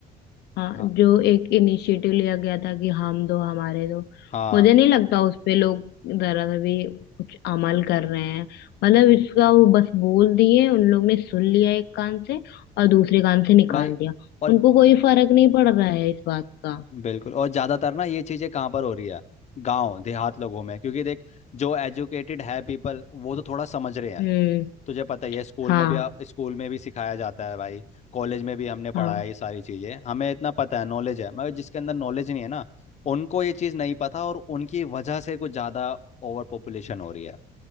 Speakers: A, on the left; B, on the left.
A: हाँ
B: हाँ
A: जो एक इनिशिएटिव लिया गया था कि हम दो हमारे दो
B: हाँ
A: मुझे नहीं लगता उस पे लोग जरा सा भी कुछ अमल कर रहे हैं मतलब इसका वो बस बोल दिए उन लोग ने सुन लिया एक कान से और दूसरे कान से निकाल
B: भाई
A: दिया
B: और
A: उनको कोई फर्क नहीं पड़ रहा है इस बात का
B: बिल्कुल और ज़्यादातर ना ये चीज़ें कहाँ पर हो रही है गांव देहात लोगों में क्योंकि देख जो एजुकेटेड है पीपल वो तो थोड़ा समझ रहे हैं
A: हम्म
B: तुझे पता ही है स्कूल
A: हाँ
B: में भी स्कूल में भी सिखाया जाता है भाई कॉलेज में भी हमने पढ़ा
A: हाँ
B: है ये सारी चीजें हमें इतना पता है नॉलेज है मगर जिसके अंदर नॉलेज नहीं है ना उनको ये चीज नहीं पता और उनकी वजह से कुछ ज्यादा ओवर पॉपुलेशन हो रही है